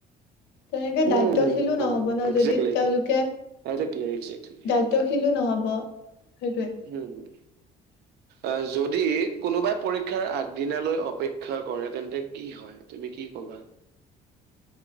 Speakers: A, on the left; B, on the right.
A: তেনেকে
B: উম,
A: দায়িত্বশীলো নহ'ব
B: আ
A: ন,
B: একজেক্টলি,
A: যদি তেওঁলোকে
B: একজেক্টলি, একজেক্টলি।
A: দায়িত -ত্বশিলো নহ'ব সেইটোৱেই।
B: হম, হম। অ', যদি, কোনোবাই পৰীক্ষাৰ আগদিনালৈ অপেক্ষা কৰে, তেন্তে কি হয়? তুমি কি ক'বা?